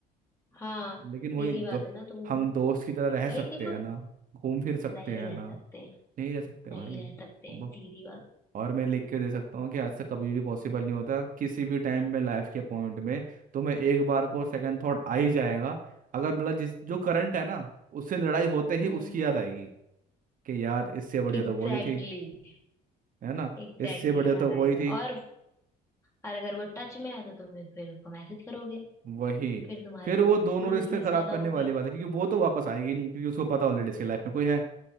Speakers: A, on the left; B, on the right.
A: हाँ सीधी
B: लेकिन वही दो,
A: बात है ना तुमको
B: हम दोस्त की तरह
A: भाई
B: रह सकते
A: देखो
B: हैं ना घूम फिर सकते
A: नहीं
B: हैं
A: रह
B: ना
A: सकते हैं
B: नहीं रह सकते
A: नहीं
B: भाई
A: रह सकते हैं
B: ब-
A: सीधी बात
B: और मैं लिख के दे सकता हूँ कि आज से कभी भी पॉसिबल नहीं होता किसी भी टाइम पे लाइफ के पॉइंट में तो मैं एक बार को सेकंड थॉट आ ही जाएगा अगर मतलब जिस जो करंट है ना उससे लड़ाई होते ही
A: हम्म
B: उसकी याद आएगी कि यार इससे बढ़िया
A: Exactly
B: तो वही थी
A: exactly,
B: है ना
A: एग्जैक्टली
B: इससे बढ़िया
A: exactly, याद
B: तो वही
A: आएगा
B: थी
A: और और अगर वो टच में है तो तुम फिर उसको मैसेज करोगे
B: वही
A: फिर तुम्हारे
B: फिर
A: उससे
B: वो दोनों
A: क्लोजनेस
B: रिश्ते खराब
A: ज्यादा
B: करने
A: होगी
B: वाली बात है क्योंकि वो तो वापस आएगी नहीं क्योंकि उसको पता ऑलरेडी इसकी लाइफ में कोई है